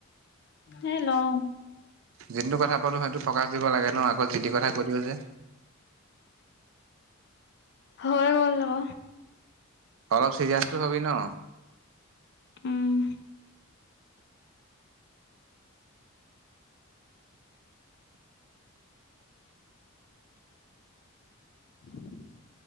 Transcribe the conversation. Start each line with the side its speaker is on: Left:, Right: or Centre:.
Left: হেই লওঁ।
Right: যিনটো কথা পাতো সেইটো প্ৰকাশ কৰিব লাগে ন আকৌ যি তি কথা কৈ দিয় যে।
Left: হয় গল অ
Right: অলপ চিৰিয়াছ টো হবি ন।
Left: উম। উম <inaudible>